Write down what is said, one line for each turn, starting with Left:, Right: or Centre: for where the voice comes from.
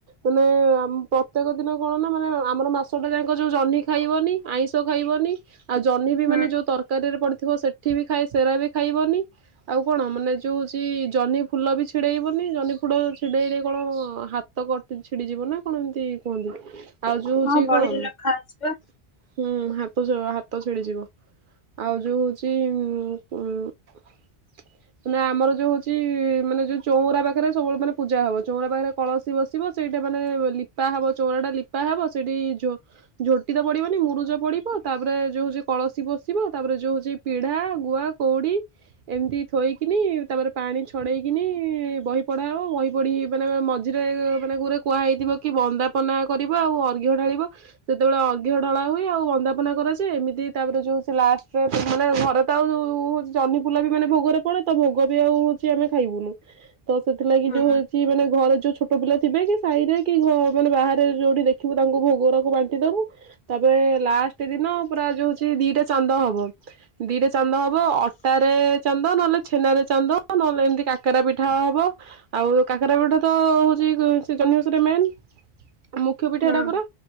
Right: ମାନେ ପ୍ରତ୍ୟେକ ଦିନ କଣ ନା। ମାନେ ଆମର ମାସଟା ଯାଇକ ଯୋଉ ଜହ୍ନି ଖାଇବନି। ଆଇଁଷ ଖାଇବନି। ଆଉ ଜହ୍ନି ବି
Left: ହୁଁ
Right: ମାନେ ଯୋଉ ତରକାରୀ ରେ ପଡିଥିବ। ସେଠି ବି ଖାଇ ସେରା ବି ଖାଇବନି। ଆଉ କଣ ମାନେ ଯୋଉ ହଉଛି ଜହ୍ନି ଫୁଲ ବି ଛିଡେଇବନି। ଜହ୍ନି ଫୁଲ ଛିଡେଇରେ କଣ ହାତ କ ଛିଡିଯିବ ନା କଣ ଏମିତି କୁହନ୍ତି। ଆଉ ଯୋଉ ହଉଛି
Left: ହଁ ବହିରେ
Right: କଣ
Left: ଲେଖା ହେଇଛି ବା
Right: ହୁଁ ହାତ ଛିଡିଯିବ ଆଉ ଯୋଉ ହଉଛି। ଉ <inaudible> ମାନ ଆମର ଯୋଉ ହଉଛି। ମାନେ ଯୋଉ ଚଉରା ପାଖରେ ସବୁବେଳେ ମାନେ ପୂଜା ହବ। ଚଉରା ପାଖରେ କଳସୀ ବସିବ। ସେଇଟା ମାନେ ଲିପା ହବ। ଚଉରା ଟା ଲିପା ହବ ସେଇଠି ଝୋଟି ତ ପଡିବନି ମୁରୁଜ ପଡିବ। ତାପରେ ଯୋଉ ହଉଛି କଳସୀ ବସିବା। ତାପରେ ଯୋଉ ହଉଛି ପିଢା ଗୁଆ କଉଡ଼ି। ଏମିତି ଥୋଇକିନି ତାପରେ ପାଣି ଛଡେଇକିନି ବହି ପଢା ହବ। ବହି ପଢିି ମାନେ ମଜ ମଝରେ ମାନେ ଗୋରେ କୁହାହଇଯଥିବ କି। ବନ୍ଦାପନା କରିବ ଆଉ ଅର୍ଘ ଢାଳିବ। ସେତେବେଳେ ଅଘିଅ ଢଳା ହୁଏ। ଆଉ ବନ୍ଦାପନା କରାଯାଏ। ଏମିତି ତାପରେ ଯୋଉ ଲାଷ୍ଟରୋନେ ଘରେ ତା ହଉଛି ଚହନିପୁଲା ବି ମାନେ ଭୋଗରେ ପଡେ ତା ଭୋଗ ବି ଆଉ ହଉଛି ଆମେ ଖାଇବୁନୁ। ତ ସେଥିଲାଗି
Left: ହୁଁ
Right: ଯୋଉ ହଉଛି। ମାନେ ଘରେ ଯୋଉ ଛୋଟ ପିଲା ଥିବେ କି ସାହିରେ କି ମାନେ ବାହାରେ ଯୋଉଠି ଦେଖିବୁ ତାଙ୍କୁ ଭୋଗରକୁ ବାଣ୍ଟି ଦବୁ। ତବେ ଲାଷ୍ଟ ଦିନ ପୁରା ଯୋ ହଉଛି। ଦିଟା ଚାନ୍ଦ ହବ ଦିଟା ଚାନ୍ଦ ହବ ଅଟାରେ ଚାନ୍ଦ ନହେଲେ ଛେନାରେ ଚାନ୍ଦ ନହେଲେ ଏମିତି କାକରା ପିଠା ହବ। ଆଉ କାକରା ପିଠା ତ ହଉଛି ଜହ୍ନିଓସାରେ ମେନ୍ ମୁଖ୍ୟ ପିଠା
Left: ହୁଁ।
Right: ଏଟା ପୁରା।